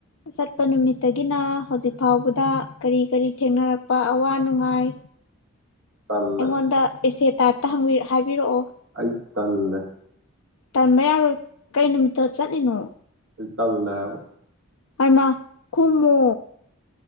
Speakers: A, on the left (about 70°); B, on the right (about 55°).
A: ꯆꯠ ꯄ ꯅꯨꯃꯤꯠꯇꯒꯤꯅ ꯍꯧꯖꯤꯛ ꯐꯥꯎꯕꯗ ꯀꯔꯤ ꯀꯔꯤ ꯊꯦꯡꯅꯔꯛ ꯄ ꯑꯋꯥ ꯅꯨꯡꯉꯥꯏ
B: ꯇꯜꯂꯦ
A: ꯑꯩꯉꯣꯟꯗ ꯑꯦꯁꯦ ꯇꯥꯏꯞ ꯇꯥ ꯍꯪꯕꯤ ꯍꯥꯏꯕꯤꯔꯛꯑꯣ
B: ꯑꯩ ꯇꯜꯂꯦ
A: ꯇꯟꯕ ꯌꯥꯔꯣꯏ ꯀꯩ ꯅꯨꯃꯤꯠꯇ ꯆꯠꯂꯤꯅꯣ
B: ꯑꯩ ꯇꯜꯂꯦ ꯍꯥꯏꯕ
A: ꯑꯩꯃꯥ ꯈꯨꯝꯃꯣ